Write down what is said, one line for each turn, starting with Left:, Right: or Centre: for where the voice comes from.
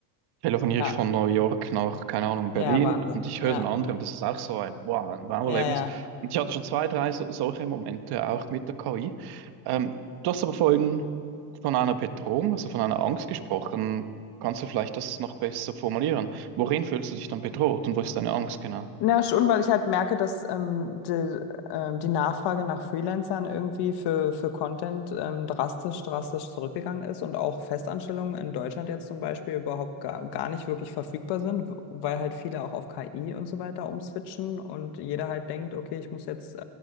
Right: telefoniere
Left: Ja,
Right: ich von New York nach, keine Ahnung, Berlin
Left: ja, Wahnsinn.
Right: und ich
Left: Ja,
Right: höre den anderen. Das ist auch so ein Wow, ein Wow-Erlebnis.
Left: ja, ja.
Right: Und ich hatte schon zwei, drei so, solche Momente auch mit der KI. Ähm, du hast aber vorhin von einer Bedrohung, also von einer Angst gesprochen. Kannst du vielleicht das noch besser formulieren? Worin fühlst du dich dann bedroht und wo ist deine Angst genau?
Left: Na schon, weil ich halt merke, dass ähm, die, ähm, die Nachfrage nach Freelancern irgendwie für, für Content ähm, drastisch, drastisch zurückgegangen ist und auch Festanstellungen in Deutschland jetzt zum Beispiel überhaupt gar, gar nicht wirklich verfügbar sind, weil halt viele auch auf KI und so weiter umswitchen und jeder halt denkt, okay, ich muss jetzt, äh,